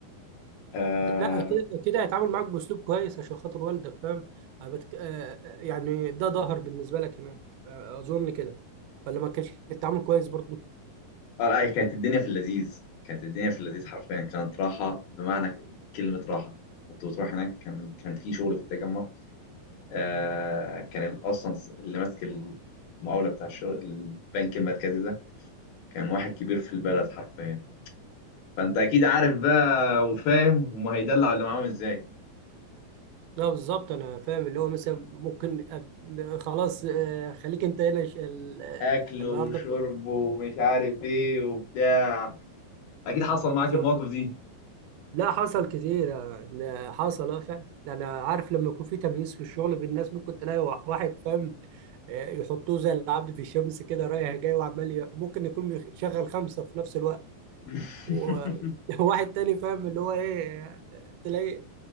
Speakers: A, on the left; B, on the right.
A: اه
B: لا كده كده هيتعامل معاك باسلوب كويس عشان خاطر والدك فاهم هبت- آه، يعني ده ظهر بالنسبه لك هناك آه، اظن كده ولا ما كانش التعامل كويس برضه
A: آه، أي كانت الدنيا في اللذيذ كانت الدنيا في اللذيذ حرفيا كانت راحه بمعنى ك- كلمه راحه كنت بتروح هناك كان كان في شغل في التجمع آه كان ال- اصلا اللي ماسك المقاوله بتاع الشغل البنك المركزي ده كان واحد كبير في البلد حرفيا فانت اكيد عارف بقى وفاهم هم هيدلعوا اللي معاهم ازاي
B: لا بالظبط انا فاهم اللي هو مثلا ممكن أب- خلاص آه، خليك انت هنا ش- ال- آه،
A: اكله
B: النهارده
A: وشربه
B: في-
A: ومش عارف ايه وبتاع اكيد
B: آه،
A: حصل معاك
B: بالظبط
A: المواقف دي
B: لا حصل كتير آه، ده حصل اه فعلا انا عارف لما يكون في تمييز في الشغل بين الناس ممكن تلاقي وا- واحد فاهم آه، يحطوه زي العبد في الشمس كده رايح جاي وعمال ي- ممكن يكون مشغل خمسه في نفس الوقت
A: <laughs>
B: و- <laughs> وواحد تاني فاهم اللي هو ايه تلاقي